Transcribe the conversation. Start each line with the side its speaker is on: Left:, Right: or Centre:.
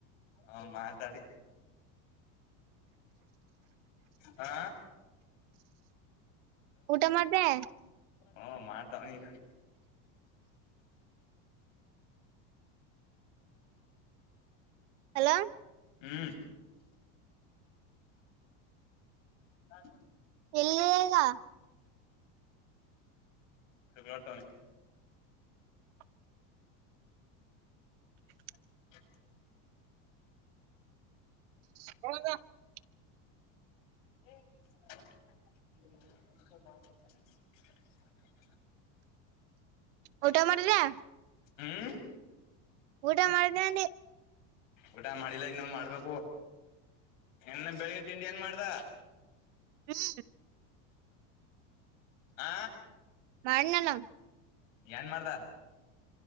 Left: ಹ ಮಾತಾಡಿ ಹಾ
Right: ಹ ಊಟ ಮಾಡ್ದೆ
Left: ಹಓ ಮಾಡ್ತವ ಈಗ
Right: ಅಲೋ
Left: ಹ್ಮ ಹ
Right: ಎಲ್ಲಿದೆ ಈಗ
Left: ರ್ತ
Right: <inaudible>
Left: ಹ್ಮ
Right: <unintelligible>
Left: <inaudible>
Right: ಊಟ ಮಾಡಿದ್ಯಾ
Left: ಹ್ಮ್
Right: ಊಟ ಮಾಡ್ದೆ
Left: ಊಟ ಮಾಡಿಲ್ಲ ಇನ್ನುೂ ಮಾಡ್ಬೇಕು ಇನ್ನು ಬೆಳಿಗ್ಗೆ ತಿಂಡಿ ಏನ್ ಮಾಡ್ದ
Right: ಹ್ಮ್
Left: ಆ
Right: ಮಾಡಡ್ನಲ್ಲ
Left: ಏನ್ ಮಾಡ್ದ